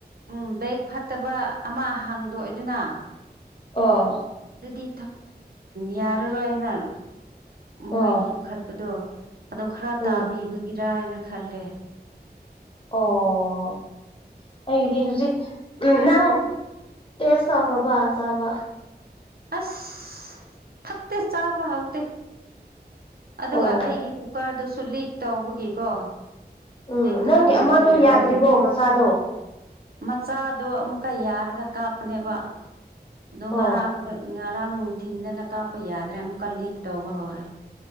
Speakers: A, on the right; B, on the left.
A: ꯎꯝ ꯕꯦꯛ ꯐꯠꯇꯕ ꯑꯃ ꯍꯥꯡꯗꯣꯛꯏ ꯑꯗꯨꯅ
B: ꯑꯣ
A: ꯑꯗꯨꯗꯤ ꯌꯥꯔꯔꯣꯏꯅꯛ ꯃꯣꯏ
B: ꯑꯥ
A: ꯄꯨꯈꯠ ꯑꯗꯣ ꯑꯗꯣ ꯈꯔ
B: ꯎꯝ
A: ꯇꯥꯕꯤꯕꯒꯤꯔ ꯍꯥꯏꯅ ꯈꯜꯂꯦ
B: ꯑꯣ ꯑꯩꯗꯤ ꯍꯧꯖꯤꯛ ꯎ ꯅꯪ ꯇꯦꯁ ꯇꯧꯈ꯭ꯔꯕ ꯆꯥꯕ
A: ꯑꯁ ꯐꯠꯇꯦ ꯆꯥꯕ ꯍꯥꯎꯗꯦ ꯑꯗꯨꯒ
B: ꯑꯣ
A: ꯑꯩꯒꯤ ꯀꯨꯀꯔꯗꯨꯁꯨ ꯂꯤꯛ ꯇꯧꯕꯒꯤꯀꯣ
B: ꯎꯝ
A: ꯍꯦꯛꯇ
B: ꯅꯪꯒꯤ
A: ꯊꯣꯡꯕ
B: ꯑꯃꯗꯣ
A: ꯂꯣꯏꯔꯒ
B: ꯌꯥꯗ꯭ꯔꯤꯕꯣ
A: ꯑꯃꯨꯛ
B: ꯃꯆꯥꯗꯣ
A: ꯃꯆꯥꯗꯣ ꯑꯃꯨꯛꯀ ꯌꯥꯔꯒ ꯀꯥꯞꯄꯅꯦꯕ ꯑꯗꯣ
B: ꯑꯣ
A: ꯉꯔꯥꯡꯗ ꯉꯔꯥꯡ ꯅꯨꯡꯊꯤꯟꯗꯅ ꯀꯥꯞꯄ ꯌꯥꯗ꯭ꯔꯦ ꯑꯃꯨꯛꯀ ꯂꯤꯛ ꯇꯧꯕ ꯍꯧꯔꯦ